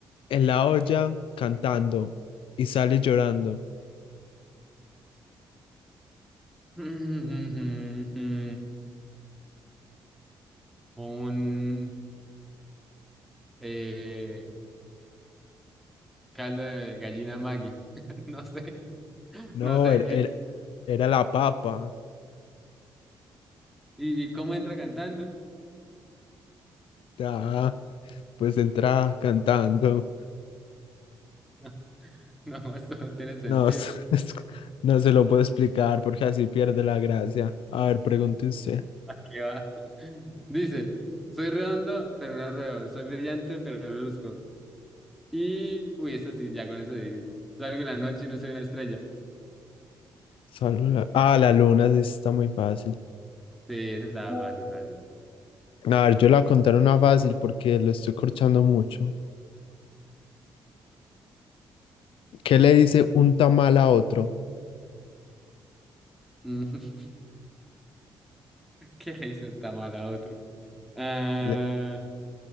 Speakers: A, on the left; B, in the centre.
A: en la olla cantando y sale llorando.
B: <laughs> Un eh, caldo de gallina Maggi. <laughs> No sé,
A: No,
B: no sé
A: era,
B: qué.
A: era, era la papa.
B: ¿Y, y cómo entra cantando?
A: Ah, pues entra cantando.
B: <laughs> No, no, esto no tiene sentido.
A: No, <laughs> es- es que no se lo puedo explicar porque así pierde la gracia. A ver, pregunte usted.
B: ¿Qué va? <laughs> Dice, soy redondo, pero no ruego, soy brillante, pero no luzco. Y, uy, esta sí, ya con eso de, salgo en la noche y no soy una estrella.
A: Sal- Ah, la luna, sí está muy fácil.
B: Sí, eso estaba fácil, fácil.
A: A ver, yo la contaré una fácil porque lo estoy corchando mucho. ¿Qué le dice un tamal a otro?
B: Mm, <laughs> ¿Qué le hizo un tamal a otro? Ah,
A: Le-